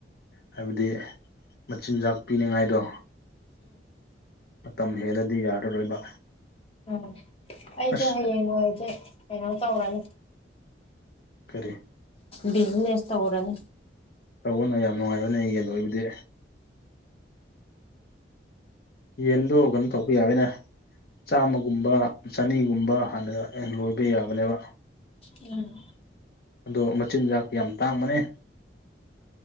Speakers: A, on the left; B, on the left.
A: ꯍꯥꯏꯕꯗꯤ ꯃꯆꯤꯟꯖꯥꯛ ꯄꯤꯅꯤꯡꯉꯥꯏꯗꯣ ꯃꯇꯝ ꯍꯦꯜꯂꯗꯤ ꯌꯥꯔꯔꯣꯏꯕ
B: ꯑꯣ ꯑꯩꯁꯨ
A: ꯑꯁ
B: ꯍꯌꯦꯡ ꯋꯥꯏꯖ‌ꯦ ꯀꯩꯅꯣ ꯇꯧꯔꯟ
A: ꯀꯔꯤ
B: ꯕꯤꯖꯤꯅꯦꯁ ꯇꯧꯔꯟ
A: ꯇꯧꯋꯣꯅ ꯌꯥꯝ ꯅꯨꯡꯉꯥꯏꯕꯅꯦ ꯌꯦꯟ ꯂꯣꯏꯕꯗꯤ ꯌꯦꯟꯗꯣ ꯀꯩꯅꯣ ꯇꯧꯕ ꯌꯥꯒꯅꯦ ꯆꯥꯝꯃꯒꯨꯝꯕ ꯆꯅꯤꯒꯨꯝꯕ ꯍꯥꯟꯅ ꯑꯦ ꯂꯣꯏꯕ ꯌꯥꯕꯅꯦꯕ
B: ꯎꯝ
A: ꯑꯗꯣ ꯃꯆꯤꯟꯖꯥꯛꯇꯤ ꯌꯥꯝ ꯇꯥꯡꯕꯅꯦ